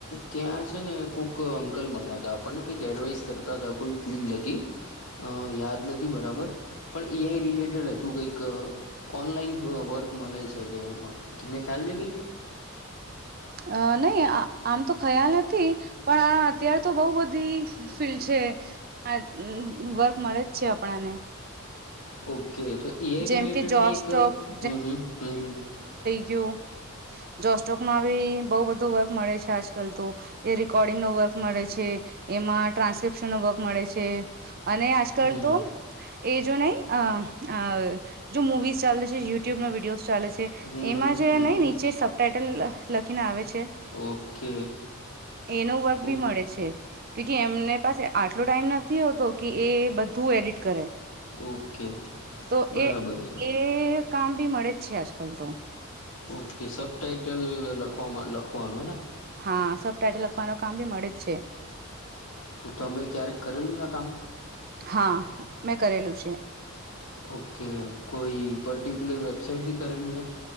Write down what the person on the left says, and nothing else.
ત્યાં છે ને કોક અંકલ મળ્યા હતા આપણને કંઈક એડવાઈસ કરતા તા કોઈ ફિલ્ડ હતી. અ યાદ નથી બરાબર. પણ એ. આઈ. રિલેટેડ હતું કઈક ઓનલાઈન વર્ક મળે છે કે એમાં તમને ખ્યાલ લે કઈ.
ઓકે તો એ. આઈ. રિલેટેડ
મેં એક હ હ હ હ.
હમ
હમ
હમ
હમ
હમ
ઓકે
ઓ
ઓકે.
બરાબર
છે
ઓકે સબ ટાાઈટલ લખવામાં લખવાનું હેને.
તો તમે ક્યારેક કરેલું છે આ કામ.
ઓકે કોઈ પર્ટિક્યુલર વેબસાાઈટ થી કરેલું છે.